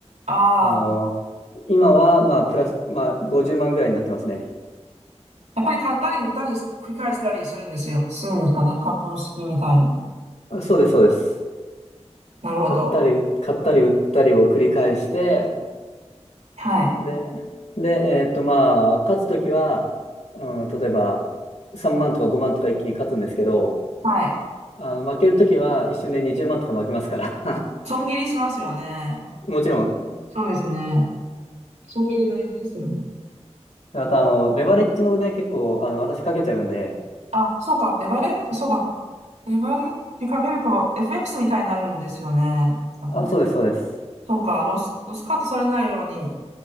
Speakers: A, on the right; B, on the left.
A: ああ
B: あの、今は、まあ、プラス、まあ、50万ぐらいになってますね。
A: やっぱり買ったり売ったり繰り返したりするんですよ。するんですかね。株式みたいに。
B: あそうです、そうです。
A: なるほど。
B: 買ったり、買ったり売ったりを繰り返して、
A: はい。
B: で、で、えーっと、まあ、勝つときは、うん、例えば、3万とか5万とか一気に勝つんですけど、
A: はい。
B: あの、負けるときは一瞬で20万とか負けますから <laughs>
A: 損切りしますよね。
B: もちろん、
A: そうですね。損切り大事ですよね。
B: また、あの、レバレッジもね、結構、あの、私かけちゃうんで、
A: あ、そうか。レバレッジ、そうか。レバレッジかけると FX みたいになるんですよね。多分。
B: あ、そうです、そうです。
A: そうか。ロス、ロスカットされないように